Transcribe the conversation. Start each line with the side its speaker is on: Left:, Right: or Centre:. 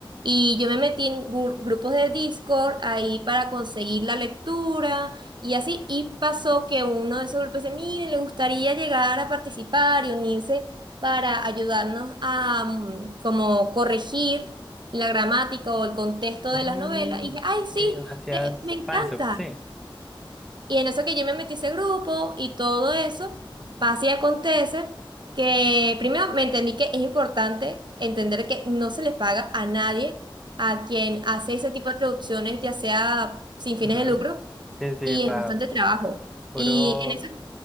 Right: Y yo me metí en gur- grupos de Discord ahí para conseguir la lectura y así, y pasó que uno de esos grupos dice, miren, le gustaría llegar a participar y unirse para ayudarnos a mm, como corregir la gramática o el contexto
Centre: Mm,
Right: de las novelas. Y dije, ay, sí,
Centre: sí, gracias,
Right: eh, me encanta.
Centre: fansub, sí.
Right: Y en eso que yo me metí a ese grupo y todo eso, pasa y acontece que primero me entendí que es importante entender que no se les paga a nadie a quien hace ese tipo de traducciones, ya sea sin fines
Centre: Ujú.
Right: de lucro
Centre: Sí, sí,
Right: y
Centre: para
Right: es bastante trabajo.
Centre: puro,
Right: Y en eso,